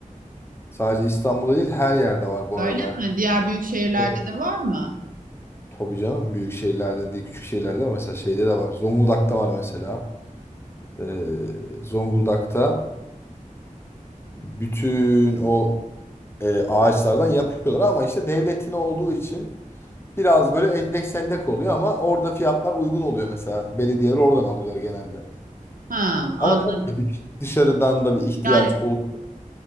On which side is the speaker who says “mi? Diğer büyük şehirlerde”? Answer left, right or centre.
Right